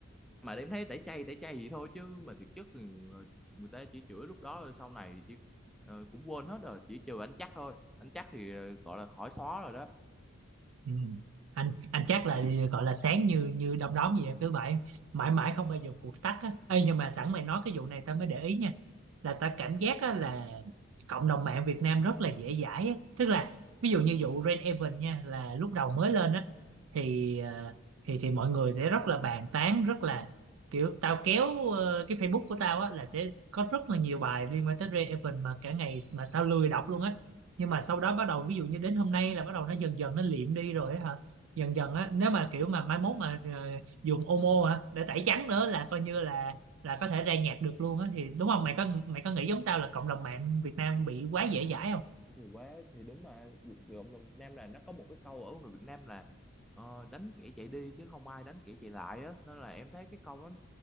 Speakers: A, in the centre; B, on the right.
A: mà em thấy tẩy chay tẩy chay gì thôi chứ mà thực chất thì người, người ta chỉ chửi lúc đó rồi sau này chỉ ờ, cũng quên hết rồi chỉ trừ anh chắc thôi anh chắc thì ờ, gọi là khỏi xóa rồi đó
B: ừ. anh anh chắc là ờ, gọi là sáng như như đom đóm gì á, cứ vậy mãi mãi không bao giờ phụt tắt á Ê, nhưng mà sẵn mày nói cái vụ này tao mới để ý nha là tao cảm giác á, là cộng đồng mạng Việt Nam rất là dễ dãi á. tức là ví dụ như vụ Rain Event nha là lúc đầu mới lên á thì ờ, thì thì mọi người sẽ rất là bàn tán rất là kiểu tao kéo ờ, cái Facebook của tao á là sẽ có rất là nhiều bài liên quan tới Ray Evan mà cả ngày mà tao lười đọc luôn á nhưng mà sau đó bắt đầu ví dụ như đến hôm nay là bắt đầu nó dần dần nó liệm đi rồi á hả dần dần á nếu mà kiểu mà mai mốt mà ờ, dùng Omo hả để tẩy trắng nữa là coi như là là có thể ra nhạc được luôn á thì đúng không mày có mày có nghĩ giống tao là cộng đồng mạng Việt Nam bị quá dễ dãi không
A: thì quá thì đúng mà cộng đồng Việt Nam là nó có một cái câu ở người Việt Nam là ờ, đánh kẻ chạy đi chứ không ai đánh kẻ chạy lại á nên là em thấy cái câu đó